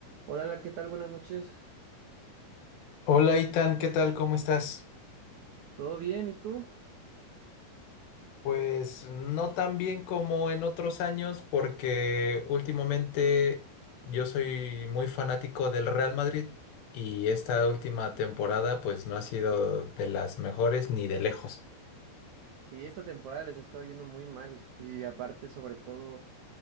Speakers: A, on the right; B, on the left.
A: Hola, hola, ¿qué tal? Buenas noches.
B: Hola Itan, ¿qué tal? ¿Cómo estás?
A: ¿Todo bien? ¿Y tú?
B: Pues no tan bien como en otros años porque últimamente yo soy muy fanático del Real Madrid y esta última temporada pues no ha sido de las mejores ni de lejos.
A: Sí, esta temporada les ha estado yendo muy mal y aparte, sobre todo,